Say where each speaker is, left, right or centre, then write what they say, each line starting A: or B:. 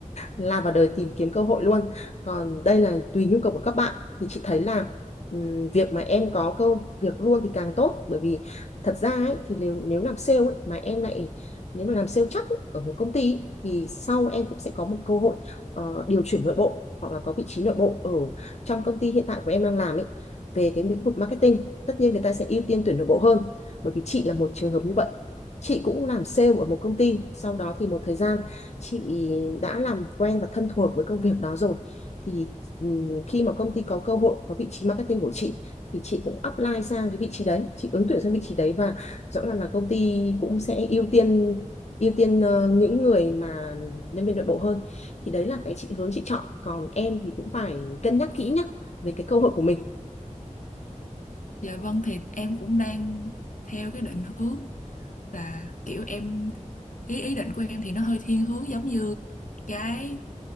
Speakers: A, on the left; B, on the left.
A: lao vào đời tìm kiếm cơ hội luôn còn đây là tùy nhu cầu của các bạn thì chị thấy là ừm, việc mà em có cơ việc luôn thì càng tốt bởi vì thật ra ấy, thì nếu nếu làm sale ấy, mà em lại nếu mà làm sale chắc ấy, ở một công ty ấy, thì sau em cũng sẽ có một cơ hội ờ, điều chuyển nội bộ hoặc là có vị trí nội bộ ở trong công ty hiện tại của em đang làm ấy về cái lĩnh vực marketing tất nhiên người ta sẽ ưu tiên tuyển nội bộ hơn bởi vì chị là một trường hợp như vậy chị cũng làm sale ở một công ty sau đó thì một thời gian chị đã làm quen và thân thuộc với công việc đó rồi thì ừm, khi mà công ty có cơ hội có vị trí marketing của chị thì chị cũng apply sang cái vị trí đấy chị ứng tuyển sang vị trí đấy và rõ ràng là công ty cũng sẽ ưu tiên ưu tiên ờ, những người mà nhân viên nội bộ hơn thì đấy là cái chị hướng chị chọn còn em thì cũng phải cân nhắc kỹ nhá về cái cơ hội của mình
B: dạ vâng thì em cũng đang theo cái định hướng là kiểu em ý ý định của em thì nó hơi thiên hướng giống như cái